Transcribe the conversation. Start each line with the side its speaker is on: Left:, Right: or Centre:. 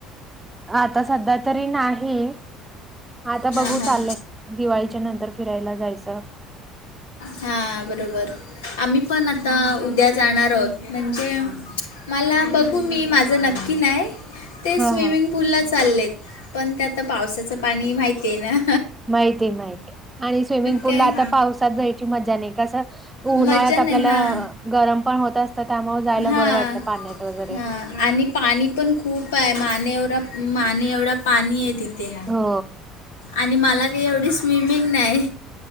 Right: आता सध्या तरी नाही, आता
Left: हां
Right: बघू
Left: हां
Right: चाललंय दिवाळीच्या नंतर. फिरायला जायचं.
Left: हा बरोबर आम्ही पण आता उद्या जाणार आहोत म्हणजे मला बघू माझं मी नक्की नाय ते स्विमिंग
Right: हा हा
Left: पूलला चाललेत पण ते आता पावसाचं पाणीय माहितीय न.
Right: माईते माईते आणि स्वीमींग पुलला
Left: काय
Right: आता पावसात जायची मजा नी कसं. उन्हाळ्यात
Left: मजा
Right: आपल्याला
Left: नाही हां
Right: गरम पण होत असतं त्यामुळं जायला
Left: हां
Right: बरं वाटतं पाण्यात वगैरे.
Left: हां आणि पाणी पण खूपाय माने एवरा माने एवढा पाणीये तिथे
Right: हो
Left: आणि मला काय एवढी स्विमिंग नाय.